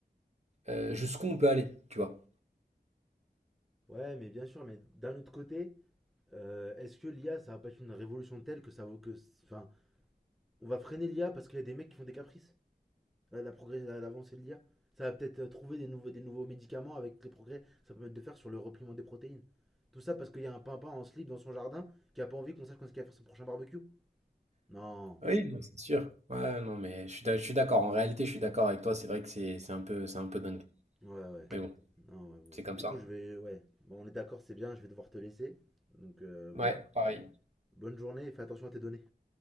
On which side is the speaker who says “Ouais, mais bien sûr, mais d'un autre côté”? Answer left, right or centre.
Centre